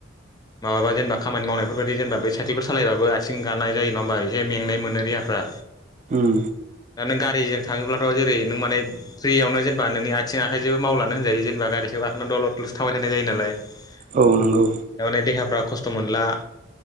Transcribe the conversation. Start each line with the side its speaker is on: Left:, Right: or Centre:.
Left: माबाबा जेनेबा खामानि मावनायफोरबायदि जेनेबा बे साइकेलफोर सालायबाबो आथिं गानाय जायो नङा होमबा एसे मेंनाय मोनो फ्रा
Right: उम
Left: दानों गारिजों थांओब्ला थ' जेरै नोंमाने फ्रियावनो जेनेबा नोंनि आथिं आखाइ जेबो मावनानै होन जेनेबा गारि गाखोना दलदलसो थाबाय थानाय जायो नालाय थारमाने
Right: औ नंगौ
Left: देहाफ्रा खस्थ स्थ' मोनला